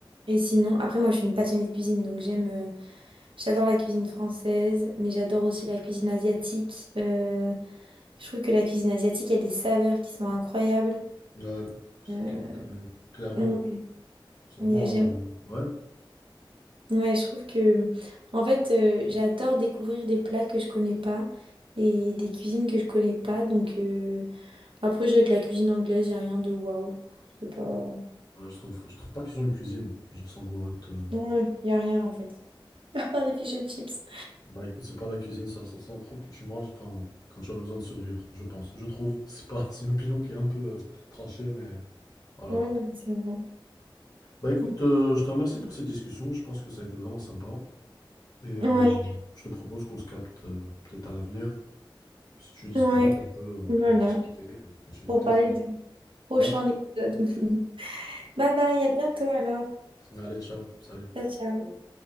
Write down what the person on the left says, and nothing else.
Ouais, parce
que, que- clairement,
c'est
vraiment,
euh, ouais,
ouais, je trouve, je trouve pas qu'ils ont une cuisine, genre sans vouloir être. euh,
Bah écoute, c'est pas la cuisine, ça, ça c'est un truc que tu manges quand, quand tu as besoin de survivre, je pense. Je trouve, c'est pas, <laughs> c'est une opinion qui est un peu euh, tranchée, mais voilà
quoi.
Bah écoute, euh, je te remercie pour cette discussion, je pense que ça a été vraiment sympa. Et euh,
Oui. je te propose qu'on se capte euh, peut-être à l'avenir. Si tu es disponible,
on peut, on
peut rediscuter et continuer
peut-être
ces discussions.
Ouais,
allez, ciao, salut.